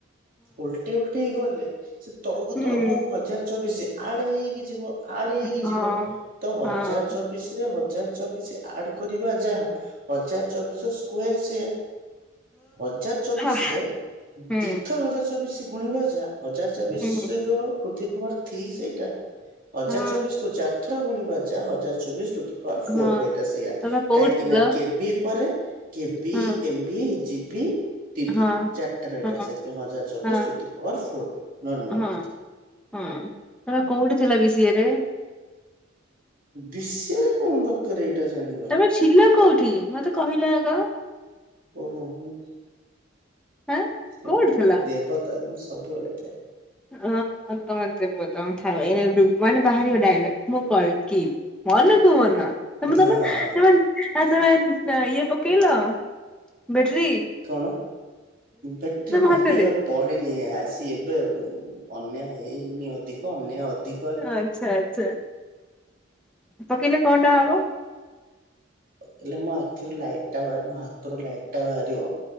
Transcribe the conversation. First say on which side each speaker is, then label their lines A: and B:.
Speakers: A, on the right; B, in the centre.
A: ଓଲ୍ଟେଇ ଓଲ୍ଟେଇ ଗଲେ ସେ ତଳକୁ
B: ହୁଁ
A: ତଳକୁ
B: ହଁ।
A: ହଜାର୍ ଚବିଶି ଆଡ଼ ହେଇ ହେଇକି ଯିବ। ଆଡ଼ ହେଇକି
B: ହଁ
A: ଯିବ ତ ହଜାର୍
B: ହଁ
A: ଚବିଶ୍ ରେ ହ ଚାର୍ ଚବିଶି ଆଡ଼ କରିବା ଯାହା ହଜାର ଚବିଶ ସ୍କୁ ୟାର୍ ସେୟା। ଅଜାର ଚବିଶ୍
B: ହା
A: ରେ
B: ହୁଁ
A: ଦ୍ୱିଥର ହଜାର୍ ଚବିଶି ଗୁଣିବା ଯା ଅଜାର୍ ଚାବିଶି
B: ହୁଁ
A: ର ଉଦିପର୍ ଥ୍ରୀ ସେଇଟା ଅଜାର୍
B: ହଁ
A: ଚବିଶ୍ କୁ ଚାର୍ ଥର ଗୁଣିବା ଯା ହଜାର୍ ଚବିଶ୍ ଟୁଟି ଅର୍ ଫୋର୍
B: ହଁ।
A: ଏଇଟା ସେଇୟା
B: ତମେ କୋଉଠି
A: କାଇଁକିନା
B: ଥିଲ
A: କେବି ପରେ କେବି
B: ହଁ
A: ଏମ୍ ବି ଜିବି। ଟିବି
B: ହଁ
A: ଚାର୍ଟା ରଇଲା
B: ହଁ
A: ସେଥିରୁ ହଜାର୍ ଚବିଶ୍
B: ହଁ
A: ସୁଟି ଫୋର୍ସ ଫୋର୍ ନର୍ମାଲ୍।
B: ହଁ। ହଁ ଏବା କୋଉଟି ଥିଲା ବି ସିଏ ବେ।
A: ଦିଶେରେ କଁ ଦରକାର୍ ଏଇଟା ଜାଣିବା।
B: ଏ ଛିଲ କୋଉଠି ମତେ କହିଲା ଆଗ।
A: ଓହୋ ହୁ
B: ହାଁ କୋଉଠି
A: ଉ ମୁଁ
B: ଥିଲ?
A: ଦେବତା ମୁଁ ସବୁଆଡ଼େ।
B: <unintelligible> ମାନେ ବାହାରିବ ଡାଇଲଗ୍ ମୁଁ କଲ୍କି। ମନକୁ ମନ ତମେ ତମ
A: ହଁ
B: ତମେ ଆ ତମ ଇଏ କିଲ ବେଟ୍ରୀ।
A: କଣ ବେଟ୍ରି ନାହିଁବା।
B: ହାତରେ?
A: ପଡ଼େନି ଆ ସି ଏବେ ଅନ୍ୟାୟ ଏଇନି ଅଧିକ ଅନ୍ୟାୟ ଅଧି
B: ଆଁ ଚ୍ଛା ଆଚ୍ଛା ପକେଇଲେ କଆଁଟା ହବ।
A: ପକେଇଲେ ମୋ ଆଖିରୁ ଲାଇଟ୍ ଟା ବାଆରିବ ମୋ ହାତରୁ ଲାଇଟ୍ ଟା ବାହାରିବ